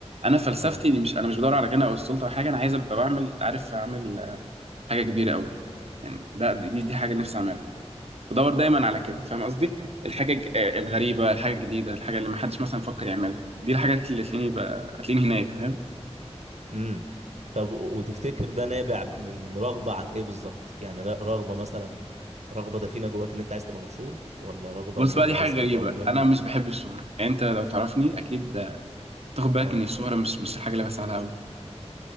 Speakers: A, on the right; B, on the right.
A: انا فلسفتي
B: اه
A: اني مش انا مش بدور على غنى او السلطه او حاجه انا عايز ابقى بعمل عارف اعمل آه، حاجه كبيره قوي يعني ده دي, دي حاجه نفسي اعملها بدور دايما على كده فاهم قصدي الحاجه الج- آه، الغريبه الحاجه الجديده الحاجه اللي ما حدش مثلا فكر يعملها دي الحاجات اللي تلاقيني بقى هتلاقيني هناك فاهم
B: امم طب و- وتفتكر ده نابع من رغبة عن ايه بالظبط يعني ر- رغبة مثلا رغبة دفينة جواك ان انت عايز تبقى مشهور ولا رغبة
A: بص
B: ان انت
A: بقى دي
B: عايز
A: حاجه غريبه
B: تبقى مهم
A: انا مش بحب الشهره يعني انت لو تعرفني اكيد آه، تاخد بالك
B: اه
A: ان الشهره مش مش الحاجه اللي بسعى لها قوي